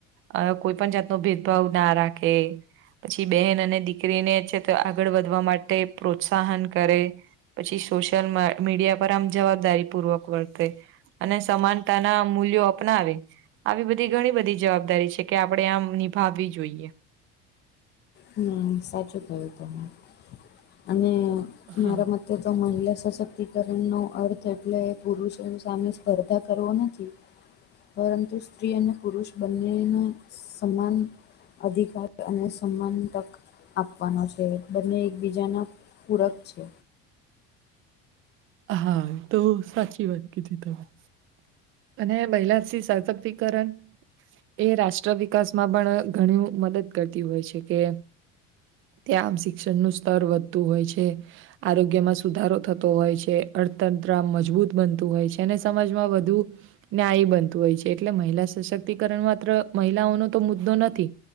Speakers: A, on the right (about 45°); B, on the left (about 35°).
A: અ કોઈ પણ જાતનો ભેદભાવ ના રાખે પછી બેહેન અને દીકરીને છે તો આગળ વધવા માટે પ્રોત્સાહન કરે પછી સોશિયલ મીડિયા પર આમ જવાબદારી પૂર્વક વર્તે અને સમાનતાના મૂલ્યો અપનાવે આવી બધી ઘણી બધી જવાબદારી છે કે આપડે આમ નિભાવવી જોઈએ
B: હમ સાચું કહ્યું તમે અને
A: હા
B: મારા મ તો તો મહિલા સશક્તિકરણનો અર્થ એટલે પુરુષો સામે સ્પર્ધા કરવો નથી પરંતુ સ્ત્રી અને પુરુષ બંનેના સમાન અધિકાર અને સ સમાન તક આપવાનો છે બંને એકબીજાના પૂરક છે
A: હા તો સાચી વાત કીધી તમે અને મહિલાશી સશક્તિકરણ એ રાષ્ટ્ર વિકાસમાં પણ ઘણી મદદ કરતી હોય છે કે ત્યાં આમ શિક્ષણનું સ્તર વધતું હોય છે આરોગ્યમાં સુધારો થતો હોય છે કે અર્થતંત્ર મજબૂત બનતું હોય છે અને સમાજમાં વધુ ન્યાયી બનતું હોય છે એટલે મહિલા સશક્તિકરણ માત્ર મહિલાઓનો તો મુદ્દો નથી